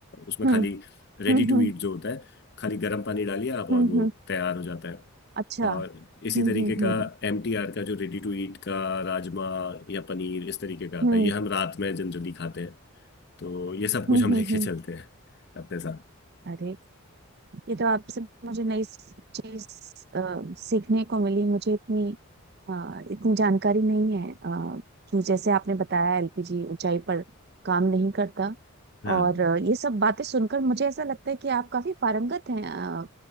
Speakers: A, on the left (about 50°); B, on the right (about 45°).
A: उसमें
B: हम्म
A: खाली रेडी
B: हम्म
A: टू
B: हम्म
A: ईट जो होता है खाली गर्म पानी डालिए आप और
B: हम्म
A: वो
B: हम्म,
A: तैयार हो जाता है
B: अच्छा
A: और
B: हम्म
A: इसी तरीके
B: हम्म हम्म
A: का एमटीआर का जो रेडी टू ईट का राजमा या पनीर इस तरीके का आता
B: हम्म
A: है ये हम रात में जनरली खाते हैं तो ये सब कुछ
B: हम्म
A: हम <laughs>
B: हम्म
A: लेके
B: हम्म।
A: चलते हैं अपने साथ
B: अरे ये तो आपसे मुझे नई चीज सीखने को मिली मुझे इतनी अ, इतनी जानकारी नहीं है अ, कि जैसे आपने बताया एलपीजी ऊंचाई पर काम नहीं करता
A: हाँ
B: और अ, ये सब बातें सुनकर मुझे ऐसा लगता है कि आप काफी पारंगत हैं अ,